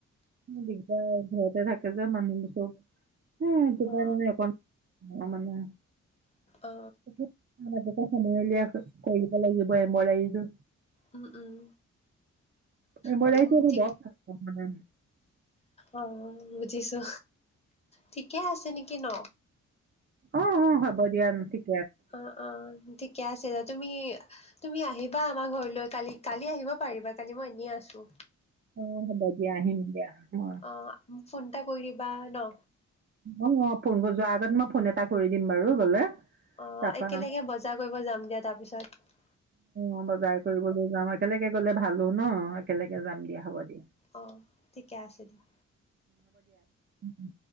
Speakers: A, on the right; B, on the left.
A: দিগদাৰ তে থাকে যে মানুহোৰ চব। এহ এইটো
B: অ
A: কাৰণে অকণ অ মানে
B: অ
A: <unintelligible> সময়লিয় কৰিব লাগিব এমব্ৰদাৰি টো
B: উম উম।
A: এম্ব্ৰইডাৰীটো
B: উ
A: মই
B: ঠিক,
A: বৰ ভাল পাওঁ মানে
B: অ বুজিছো ঠিকে আছে নেকি ন?
A: অ অ হ'ব দিয়া ঠিক
B: অ অ ঠিকে আছে দ তুমি তুমি আহিবা আমাৰ ঘৰলৈ কালি কালি আহিব পাৰিবা কালি মই এনেই আছোঁ
A: অ হ'ব দিয়া আহিম দিয়া। মই
B: অ। ফোন এটা কৰি দিবা ন।
A: অ অ ফোন যোৱাৰ আগত মই ফোন এটা কৰি দিম বাৰু গলে
B: অ
A: তাৰপা
B: একেলগে বজাৰ কৰিব যাম দিয়া তাৰ পিছত
A: অ বজাৰ কৰিবলৈ যাম একেলগে গ'লে ভালো ন একেলগে যাম দিয়া হ'ব দিয়া।
B: আহ ঠিকে আছে দিয়া।
A: উম উম।